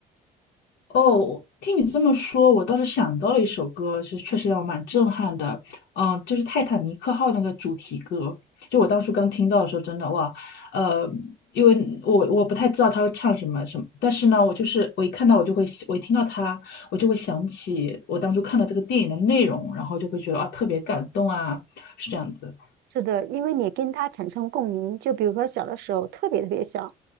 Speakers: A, on the left; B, on the right.
A: 哦，听你这么说，我倒是想到了一首歌，是确实让我蛮震撼的。嗯，就是《泰坦尼克号》那个主题歌，就我当初刚听到的时候，真的哇，呃，因为我我不太知道他会唱什么什么，但是呢，我就是我一看到我就会，我一听到他，我就会想起我当初看了这个电影的内容，然后就会觉得啊，特别感动啊，是这样子。
B: 是的，因为你跟他产生共鸣，就比如说小的时候特别特别小，